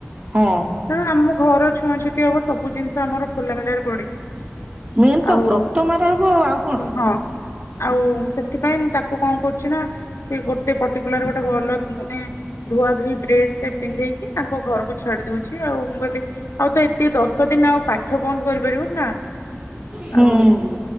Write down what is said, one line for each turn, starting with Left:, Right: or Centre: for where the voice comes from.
Right: ହଁ।
Left: ତେଣୁ ଆମ ଘର ଛୁଆ ଛୁତି ହବ, ସବୁ ଜିନିଷ ଆମର ଖୋଲା ମେଲାରେ ପଡିଛି।
Right: ମେନ୍
Left: ଆଉ
Right: ତ ବ୍ରତ ମାରା ହବ, ଆଉ କଣ?
Left: ହଁ ଆଉ ସେଥିପାଇଁ ମୁଁ ତାକୁ କଣ କରୁଛି ନା। ସେ ଗୋଟେ ପର୍ଟିକୁଲାର ଗୋଟେ ଭଲ ମାନେ ଧୁଆ ଧୁଇ ଡ୍ରେସଟେ ପିନ୍ଧେଇକି ତାଙ୍କ ଘରକୁ ଛାଡି ଦଉଛି ଆଉ। ମୁଁ କହିଲି ଆଉ ଏତେ ଦଶ ଦିନ ଆଉ ପା ଠ ବନ୍ଦ କରି ପାରିବନି ନା।
Right: ହୁଁ
Left: ଆଉ